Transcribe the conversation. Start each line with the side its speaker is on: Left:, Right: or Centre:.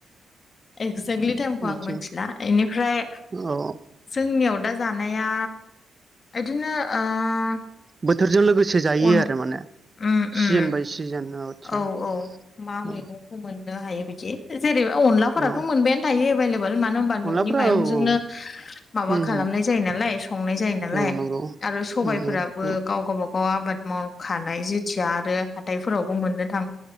Left: एक्जेक्टलि टाइमखौ
Right: आदसा
Left: आं मिथिला बेनिफ्राय
Right: औ
Left: जोंनियाव दा जानाया इदिनो ओ
Right: बोथोरजों लोगोसे जायो
Left: अन
Right: आरो माने
Left: उम उम
Right: सिजोन बाय सिजोन आदसा
Left: औ औ मा मैगंखौ
Right: औ
Left: मोननो हायो बिदि जेरैबा अनलाफोराथ'
Right: औ
Left: मोनबायानो थायो । मानो होनोमबा न'नि
Right: अनलाफ्रा
Left: माइरंजोंनो
Right: औ औ
Left: माबा
Right: उम
Left: खालामनाय
Right: उम
Left: जायो नालाय संनाय जायो नालाय
Right: औ नंगौ
Left: आरो सबायफोराबो
Right: नंगौ उम
Left: गाव गावबागाव व आबाद मावखानाय जेथिया आरो हाथायफोरावबो मोननो थाङो।